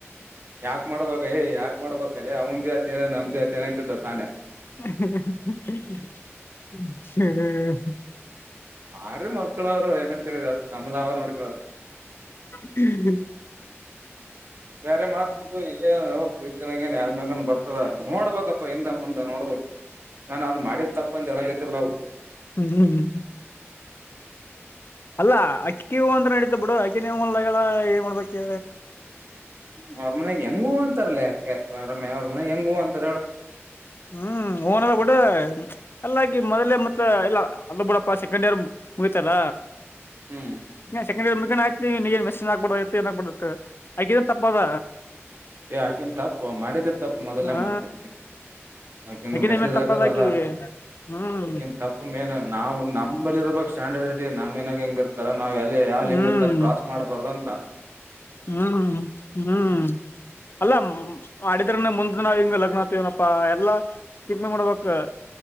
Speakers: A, on the right (about 50°); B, on the left (about 50°).
A: ಯಾಕ ಮಾಡ್ಬಯ ಯಾಕ ಮಾಡ್ಬೇಕಲ್ಲೇ ಅವನ್ ಜಾತಿಯನ ನಮ್ದ ಜಾತಿ ನ ಅಂತ ತಾನೇ
B: ಹ್ಮ್
A: ಯಾರ ಮಕ್ಕಳವರು ಏನಂತಿದ ನಮ್ಮಲಾವ ನೋಡ್ಕಳರು
B: ಹ್ಮ್ ಹ್ಮ
A: ಬೇರೆ ಮಾತು ತನಾಗ ನ್ ಯಾರ ಮಗ ಬರ್ತದ ನೋಡ್ಬೇಕಪ್ಪ ಹಿಂದ ಮುಂದೆ ನೋಡ್ಬೇಕು ನಾನ್ ಅದ್ ಮಾಡಿದ ತಪ್ಪ ಅಂತ ಹೇಳಗತಿಲ್ಲ ನಾವು
B: ಹ್ಮ್ ಹ್ಮ್್ಮ್ ಅಲ್ಲಾ ಅಕ್ಕಿ ಅಂತ ನಡಿದ್ದ ಬಿಡು ನೀವು ಮಳ್ಳಗಳ ಏನ್ ಮಾಡ್ಬೇಕಿ
A: ್ಮ ಅವ್ರ ಮನೆಗ್ ಹೆಂಗ ಹೂ ಅಂತರ್ಲ ಯಾಕೆ ಅವ್ರ ಮ ಅವ್ರ ಮನೆ ಹೆಂಗ ಹೂ ಅಂತಾರ ಹೇಳ
B: ಹ್ಮ್ ಊನಲ್ಲ ಬಿಡ ಅಲ್ಲ ಮೊದಲೇ ಮತ್ತ ಇಲ್ಲ ಅಲ್ಲ ಬಿಡಪ್ಪ ಸೆಕಂಡರ್ ಮುಗತಲ್ಲ
A: ಹ್ಮ್
B: ಸಕೆಂಡ್ ಮುಗ ಆಯ್ತ ನೀ ಮೆಸೇಜ ಆಗ್ಬಡ ಏಬಡತ್ತ ಆಗೇನ್ ತಪ್ಪದ
A: ಏ ಯಾಕನ್ ತಪ್ಪು ಮಾಡಿದಿ ತಪ್ಪು ಮೊದಲೇ
B: ಹಾ
A: ಮಾಡ್ತೀರಿ ಯಾಕಂಡ
B: ಆಕಿನ
A: ಮೆಸೇಜ್
B: ಮೇನ್ ತಪ್ಪದ
A: ಹಾಕದಲ್ಲ
B: ಆಕಿಗೆ ಹ್ಮ್
A: ಅಕನ್ ತಪ್ಪನ್ ನಾವು ನಮಲ್ಲಿ ಇರಬೇಕಕ್ ಸ್ಟ್ಯಾಂಡರ್ಡ್ ಐಟ ನಮ್ನಾಗ ಹೆಂಗ ಇರ್ತಾರ ನಾವ್ಲ್ಲಿ ಯಾವ ಲಿಮಿಟ್
B: ಹ್ಮ್
A: ದಾಗ ಕ್ರಾಸ್ ಮಾಡ್ಬಾರ್ದ ಅಂತ
B: ಹ್ಮ್ ಹ್ಮ್ ಅಲ್ಲ ಅಡಿದ್ರನೆ ಮುಂದ್ ನಾವವು ಹಿಂಗ ಲಗ್ನ ಆತವನಪ್ಪಾ ಎಲ್ಲಾ ಕಿಮಿ ಮಾಡ್ಬೇಕಕ್